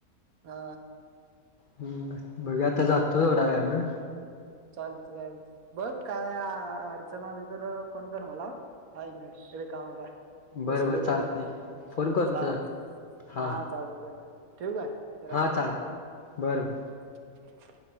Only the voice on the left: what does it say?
हम् बघ्या आता जातो थोड्या वेळा न
बरं
बरं चालतंय
की फोन करतो
हां
हां
हां
चालतंय
बरं
बरं